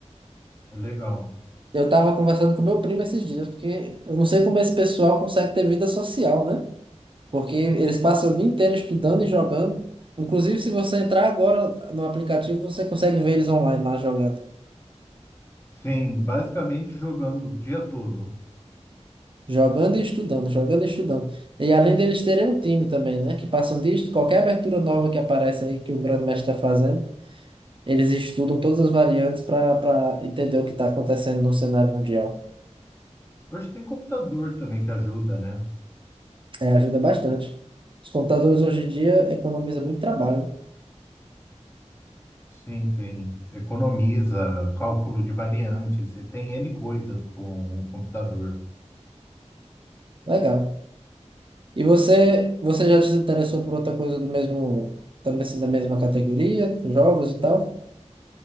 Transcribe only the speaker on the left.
É legal.
Sim, basicamente jogando o dia todo.
Hoje tem computador também que ajuda, né?
Sim, sim. Economiza, cálculo de variantes, e tem N coisas com o computador.